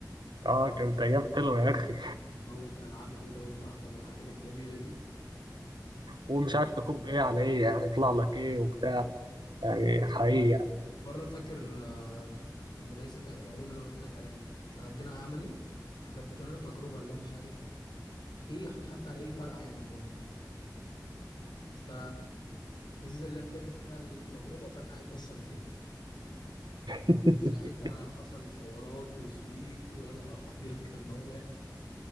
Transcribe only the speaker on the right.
اه كانت أيام حلوة يا أخي
ومش عارف تكب ايه على ايه يعني يطلع لك ايه وبتاع يعني
حقيقي يعني
<laughs>